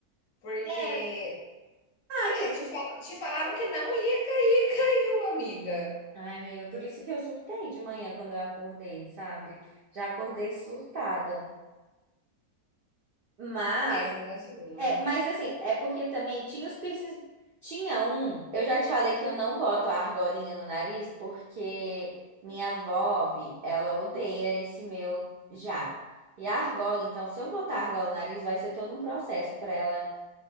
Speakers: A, on the left; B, on the right.
A: porque,
B: é, ah,
A: né,
B: tipo.
A: te, fal- te falaram que não ia cair, <laughs> caiu, amiga.
B: Ai, amiga, por isso que eu surtei de manhã quando eu acordei, sabe? Já acordei surtada. Mas.
A: Eu imagino.
B: É, mas assim, é porque também tinha os piercings. Tinha um, eu já te falei que eu não boto a argolinha no nariz porque minha avó, vi, ela odeia esse meu já. E a argola, então, se eu botar a argola no nariz, vai ser todo um processo pra ela